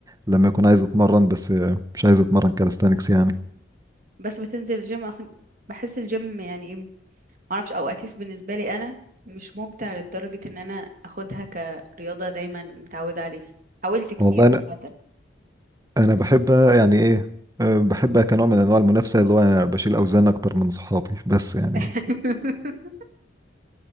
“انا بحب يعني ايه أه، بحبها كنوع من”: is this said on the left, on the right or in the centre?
Right